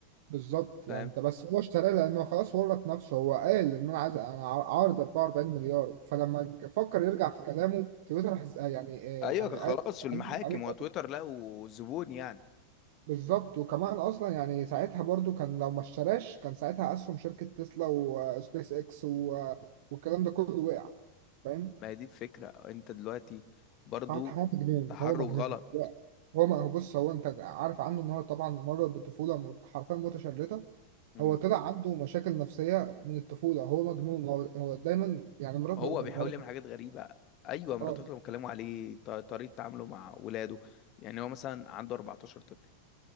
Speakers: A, on the right (about 50°); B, on the left (about 35°).
A: بالظبط
B: فاهم
A: يعني انت بس هو اشتراه لانه خلاص ورط نفسه هو قال ان انا عايز انا عار- عارض 44 مليار فلما ج- فكر يرجع في كلامه تويتر حس- آه، يعني آه،
B: ايوه
A: يعني
B: كان
A: قال
B: خلاص في المحاكم
A: عليك
B: وتويتر له زبون يعني
A: بالظبط وكمان اصلا يعني ساعتها برضو كان لو ما اشتراش كان ساعتها اسهم شركه تسلا وسبيس اكس و- آه، والكلام ده كله وقع فاهم
B: ما هي دي الفكرة انت دلوقتي برضو
A: اه هو مجنون
B: تحرك
A: هو مجنون
B: غلط
A: هو هو ما هو بص هو انت عارف عنه ان هو طبعا مر بطفوله م- حرفيا متشرده
B: مم.
A: هو طلع عنده مشاكل نفسيه من الطفوله هو مجنون هو هو دايما يعني مراته
B: هو بيحاول
A: مرات
B: يعمل حاجات غريبة ايوه مراتات
A: اه
B: لما اتكلموا عليه ط- طريقة تعامله مع ولاده يعني هو مثلا عنده 14 طفل